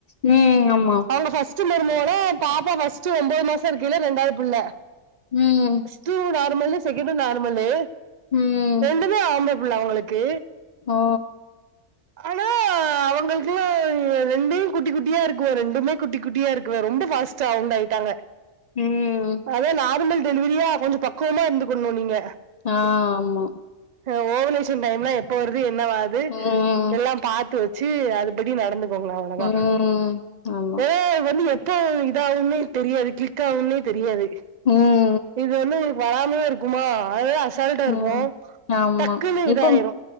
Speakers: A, on the left (about 60°); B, on the right (about 50°).
A: ம் ஆமா
B: அவுங்க ஃபர்ஸ்டு மருமவளு பாப்பா ஃபர்ஸ்டு ஒம்போது மாசோ இருக்கைலயே ரெண்டாவது புள்ள
A: ம்
B: டு நார்மலு செகேண்டு நார்மலு
A: ம்
B: ரெண்டுமே ஆம்பள புள்ள அவுங்களுக்கு
A: ஓ
B: ஆனா அவுங்களுக்கலா ரெண்டு குட்டி குட்டியா இருக்குவே ரெண்டுமே குட்டி குட்டியா இருக்குவே ரொம்ப ஃபாஸ்ட் டா வுண்டாய்டாங்க
A: ம்
B: அதே நார்மல் டெலிவரியா கொஞ்சோ பக்குவமா இருந்துக்கணு நீங்க
A: ஆ ஆமா
B: அ ஓவுலேஷன் டைம் லா எப்ப வருது என்னவாது
A: ம்
B: எல்லா பாத்து ச்சு அதுபடி நடந்துக்கோங்களே அவ்ளோதா
A: ம் ஆமா
B: ஏ வண்ணி எப்ப இதாவும்னே தெரியாது கிளிக் ஆவும்னே தெரியாது
A: ம்
B: இது என்ன ஒங்களுக்கு வராமதே இருக்குமா அததா அசால்டா இருப்போ
A: ம் ஆமா
B: டக்குன்னு இதாயிரு
A: இப்போ